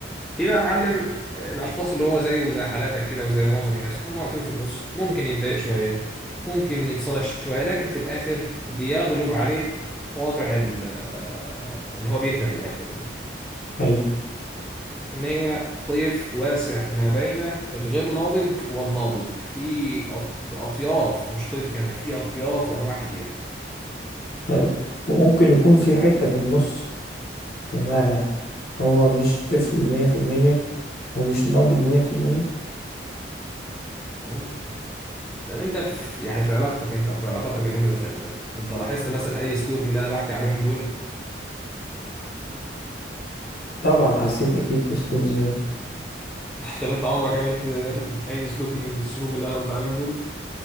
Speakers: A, in the centre; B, on the left.
A: في بقى معلم آه، الاشخاص اللي هو زيه وزي حالاتك كده وزي معظم الناس اللي هم واقفين في النص ممكن يتضايق شويه ممكن يتصالح شويه لكن في الاخر بيغلب عليه طابع ال- آه، ان هو بيهدى في الاخر يعني
B: حلو
A: ان هي طيف واسع ما بين الغير ناضج والناضج في أط- اطياف مش طيف كمان في اطياف وانواع كتير
B: طيب ممكن يكون في حتة في النص بمعنى هو مش طفل مية في المية ومش ناضج مية في المية
A: ممكن طب انت في يعني في علاقتك انت او في علاقاتك اللي انت دخلتها انت لاحظت مثلا اي سلوك من اللي انا بحكي عليهم دول
B: طبعا حسيت أكيد بأسلوب زي ده
A: <laughs> طب انت عمرك عملت <laughs> اي سلوك من السلوك اللي انا قلت عليهم دول